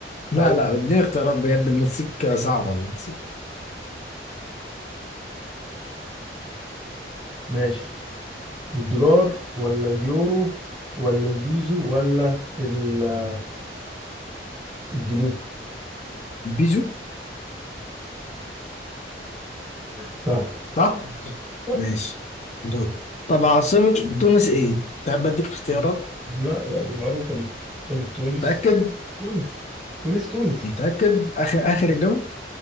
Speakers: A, on the left; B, in the centre.
A: لا
B: حاول
A: لا اديني اختيارات بجد المكسيك صعبة المكسيك
B: ماشي الدولار ولا اليورو ولا البيزو ولا ال- الجنيه
A: بيجو
B: صح
A: صح؟
B: صح.
A: ماشي دور طب عاصمة تونس ايه؟ تحب اديك اختيارات؟
B: لا لا دي معروفة دي سمك تونس
A: متأكد؟
B: تونس تونس تونس
A: متأكد؟ اخر اخر اجابة؟